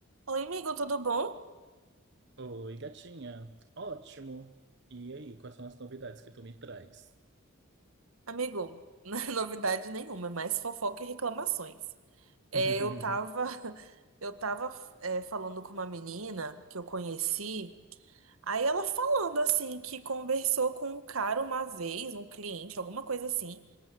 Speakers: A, on the right; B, on the right.
A: Oi, amigo, tudo bom?
B: Oi, gatinha. Ótimo. E aí, quais são as novidades que tu me traz?
A: Amigo, <laughs> não é novidade nenhuma, é mais fofoca e reclamações. É,
B: <laughs>
A: eu tava, <laughs> eu tava, é, falando com uma menina que eu conheci, aí ela falando assim que conversou com um cara uma vez, um cliente, alguma coisa assim,